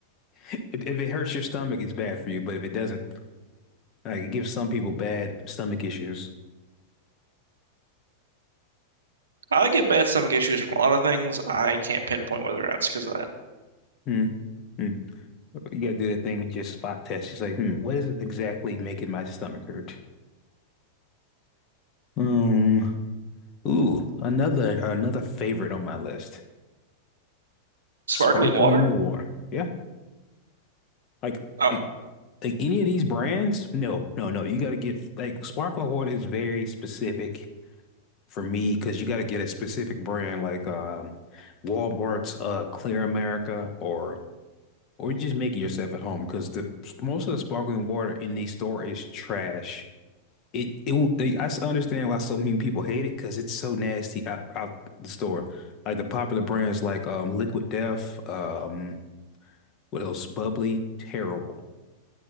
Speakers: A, on the left; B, on the right.
A: If if it hurts your stomach, it's bad for you. But if it doesn't, like it gives some people bad stomach issues.
B: I get bad stomach issues from a lot of things. I can't pinpoint whether or not it's because of that.
A: Hmm. Hmm. You gotta do that thing, just spot test. It's like, hmm, what is exactly making my stomach hurt? Um, ooh, another another favorite on my list.
B: Sparkling
A: Sparkling
B: water?
A: water. Yeah. Like
B: Oh,
A: like, like any of these brands? No, no, no. You gotta get like sparkling water is very specific for me because you gotta get a specific brand like um Walmart's uh Clear America or or you just make it yourself at home because the most of the sparkling water in the store is trash. It it w- like, I s- understand why so many people hate it because it's so nasty out, out the store. Like the popular brands like um Liquid Death, um what else? Bubbly, terrible.